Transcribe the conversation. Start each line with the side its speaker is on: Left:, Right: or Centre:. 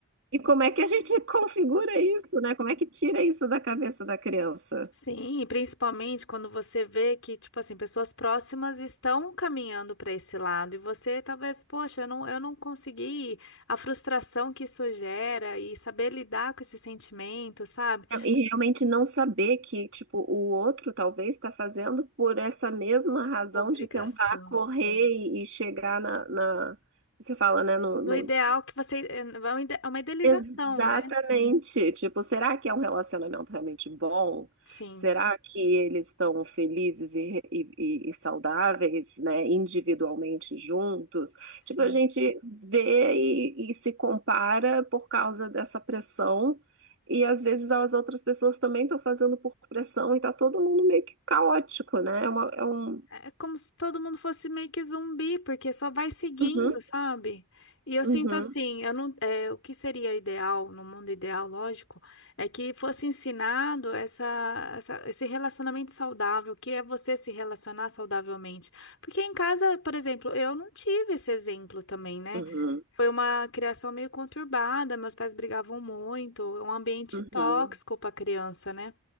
Right: E como é que a gente <laughs> configura isso, né? Como é que tira isso da cabeça da criança?
Left: Sim, e principalmente quando você vê que, tipo assim, pessoas próximas estão caminhando para esse lado e você talvez, poxa, eu não, eu não consegui, a frustração que isso gera e saber lidar com esse sentimento, sabe?
Right: E realmente não saber que, tipo, o outro talvez está fazendo por essa mesma razão
Left: Obrigação.
Right: de tentar correr e, e chegar na, na- você fala, né, no, no-
Left: No ideal que você, é é uma ide- é uma idealização,
Right: Exatamente.
Left: né?
Right: Tipo, será que é um relacionamento realmente bom?
Left: Sim,
Right: Será que eles estão felizes e, e- e- saudáveis, né, individualmente juntos?
Left: sim.
Right: Tipo, a gente vê e, e se compara por causa dessa pressão, e às vezes as outras pessoas também estão fazendo por pressão e tá todo mundo meio que caótico, né? É uma- é um...
Left: é como se todo mundo fosse meio que zumbi, porque só vai seguindo,
Right: Uhum,
Left: sabe? E eu
Right: uhum,
Left: sinto assim, eu não, é, o que seria ideal, no mundo ideal, lógico, é que fosse ensinado essa, essa- esse relacionamento saudável, que é você se relacionar saudavelmente. Porque em casa, por exemplo, eu não tive esse exemplo também, né?
Right: uhum,
Left: Foi uma criação meio conturbada, meus pais brigavam muito, um ambiente
Right: uhum.
Left: tóxico para criança, né?